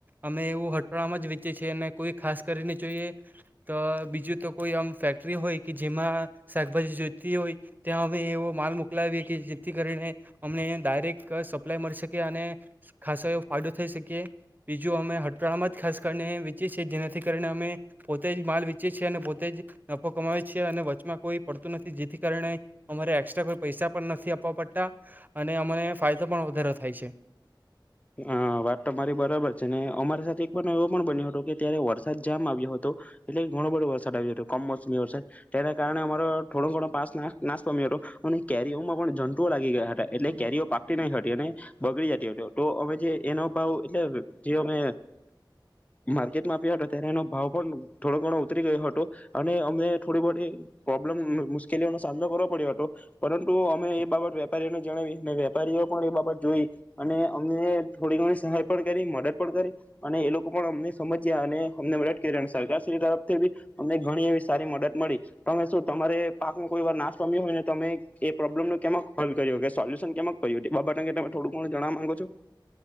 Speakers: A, on the right; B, on the left.
A: અમે એવું હટફાળમાં જ વેચે છીએ અને કોઈ ખાસ કરીને જોઈએ તો બીજું તો કોઈ આમ ફેક્ટરી હોય કે જેમાં શાકભાજી જોતી હોય ત્યાં અમે એવો માલ મોકલાવીએ કે જેથી કરીને અમને ડાયરેક્ટ. સપ્લાય મળી શકીએ અને ખાસો એ ફાયદો થઈ શકીએ બીજું અમે હટાળામાં જ ખાસ કરીને વેચીએ છીએ જેનાથી કારણે અમે પોતે જ માલ વેચીએ છીએ અને પોતે જ નફો કમાવીએ છીએ અને વચમાં કોઈ પડતું નથી જેથી કારણે અમારે એક્સ્ટ્રા કોઈ પૈસા પણ નથી આપવા પડતા અને અમે. ફાયદો પણ વધારેો થાય છે.
B: હા વાત તો મારી બરાબર છે ને અમારી સાથે એક એવો પણ બન્યો હતો કે ત્યારે વરસાદ જામ આવ્યો હતો એટલે ઘણો બધો વરસાદ આવ્યો હતો કમોસમી વરસાદ તેના કારણે અમારો થોડો ઘણો પાસ નાશ પામ્યો હતો અને કેરીઓમાં પણ જટુઓ લાગી ગયા હતા. એટલે કેરીઓ પાકટી નઈંટી ને. બગડી જતી હો. તો અમે જે એનો ભાવ એટલે જે અમે માર્કેટમાં આપ્યા હતો ત્યારે એનો ભાવ પણ થોડો ઘણો ઉતરી ગયો હતો અને અમે થોડી બ પ્રોબ્લમ મુશ્કેલીઓનો સામનો કરવો પડ્યો હતો પરંતુ અમે એ બાબત વેપારીઓને જણાવી અને વેપારીઓ પણ એ બાબત જોઈ અને. અમને થોડી ઘણી સહાય પણ કરી મદદ પણ કરી અને એ લોકો પણ અમને સમજ્યા અને અમને મદદ કરી અને સરકારશ્રી તરફથી બી અમને ઘણી એવી સારી મદદ મળી તમે શું તમારે પાક નનો કોઈ વાર નાશ પામ્યો હોય ને તમે એ પ્રોબ્લમનું કેમ હલ્વ કર્યો કે સોલ્યુશન કેમ ક્યું બાબ અંગે તમે થોડુંક ઘણું જણવા માંગો છો.